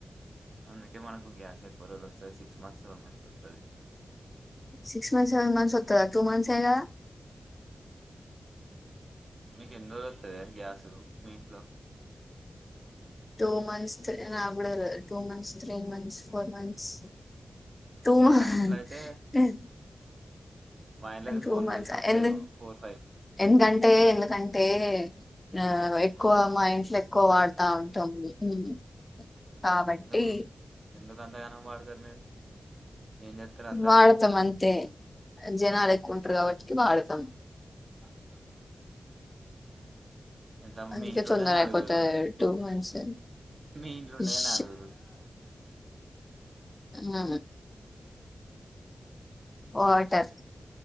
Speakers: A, on the right; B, on the left.
A: అందుకే మనకు గ్యాస్ ఎక్కో రోజుల్ ఒస్తది సిక్స్ మంత్స్ సెవెన్ మంత్స్ ఒత్తది.
B: Six months seven months ఒత్తదా two మంత్సే గద
A: మీకెన్ని రోజుల్ వత్తదే గ్యాసు మీ ఇంట్లో
B: టూ మంత్స్ అ నాగూడతెల్వద్ two months three months four months two
A: మా
B: హా
A: ఇంట్లో అయితే
B: టెన్
A: మా ఇంట్లో అయితే
B: టూ
A: ఫోర్
B: మంత్స్
A: వత్తదేమో
B: ఎందు
A: ఫోర్ ఫైవ్
B: ఎందుకంటే ఎందుకన్ అంటే ఆ
A: హ్మ్.
B: ఎక్కువ మా ఇంట్లో ఎక్కువ వాడుతా ఉంటం మెము కాబట్టి
A: ఎందుకు ఎందుకు అంతగానం వాడతారు మీరు ఏం చేస్తారు అంతగానం
B: వాడతం అంతే జనాల్ ఎక్కుంటర్ కాబట్టి వాడతం.
A: అ అవును ఎంత
B: అందుకే
A: మీ ఇంట్లుండేద్
B: తొందర
A: నలుగురు.
B: అయిపోతది టూ మంత్స్
A: మీ ఇంట్లుండేదే
B: ఫిష్
A: నలుగురు.
B: హ వాటర్